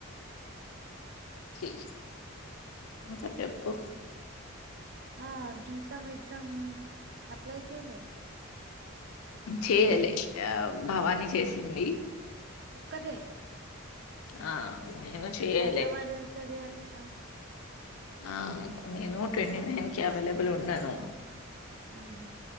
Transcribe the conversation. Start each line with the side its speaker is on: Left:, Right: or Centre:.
Left: ీ ఇంకా చెప్పు
Right: ఆ గీతమ్ ఎక్జామ్ అప్లై చేయలే
Left: చేయలే ఆ భవాని చేసింది
Right: ఒక్కటే
Left: ఆ నేను చేయలే
Right: హైదరాబాద్ వెళ్తది అట్ట
Left: ఆ నేను ట్వంటీ నైన్ కి అవైలబుల్ ఉన్నాను
Right: ఆహా